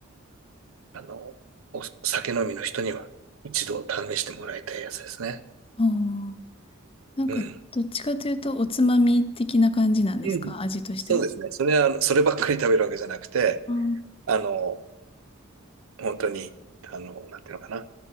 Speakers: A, on the right; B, on the left.
A: あの、お酒飲みの人には一度試してもらいたいやつですね。
B: ああ、なんか、
A: うん。
B: どっちかというと、おつまみ的な感じなんですか味としては。
A: うん。そうですね。それは、あのそればっかり食べるわけじゃなくて、
B: ああ、
A: あの、本当に、あの、なんていうのかな。